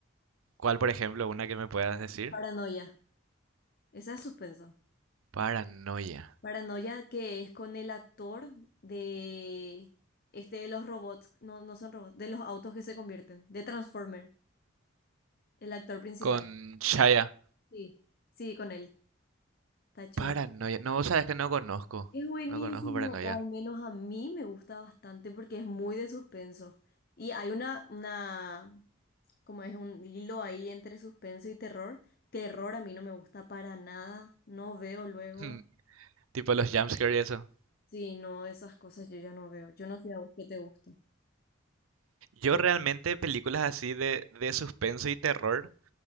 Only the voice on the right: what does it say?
¿Cuál, por ejemplo, una que me puedas decir?
Paranoia.
Con Shaya.
Paranoia.
No, sabes que no conozco.
No conozco Paranoia.
<laughs> Tipo los jumpscare y eso.
Yo realmente películas así de, de suspenso y terror,